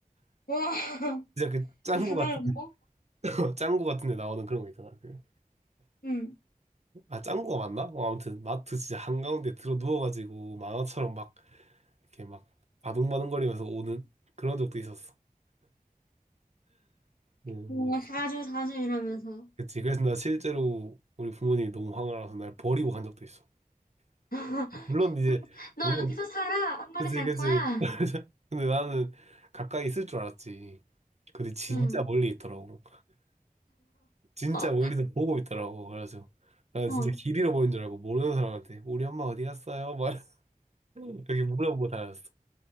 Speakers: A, on the left; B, on the right.
A: 와 <laughs>
B: 진짜 그 짱구
A: 저 사달라고
B: 같은, <laughs> 짱구 같은 데 나오는 그런 거 있잖아. 그,
A: 응
B: 아, 짱구가 맞나? 어, 아무튼 마트 진짜 한가운데 들어 누워가지고 만화처럼 막 이렇게 막 바둥바둥거리면서 오는 그런 적도 있었어. 응
A: 와
B: 맞아.
A: 사줘 사줘 이러면서
B: 그치. 그래서 나 실제로 우리 부모님이 너무 화가 나서 날 버리고 간 적도 있어.
A: <laughs>
B: 물론 이제,
A: 너
B: 물론,
A: 여기서 살아? 엄마네
B: 그치,
A: 갈
B: 그치.
A: 거야?
B: <laughs> 근데 나는 가까이 있을 줄 알았지. 근데 진짜
A: 응.
B: 멀리 있더라고. 진짜
A: 어?
B: 멀리서 보고 있더라고. 그래서 나
A: 어.
B: 진짜 길 잃어버린 줄 알고 모르는 사람한테 우리 엄마 어디 갔어요? 막 <laughs> 이렇게 물어보고 다녔어.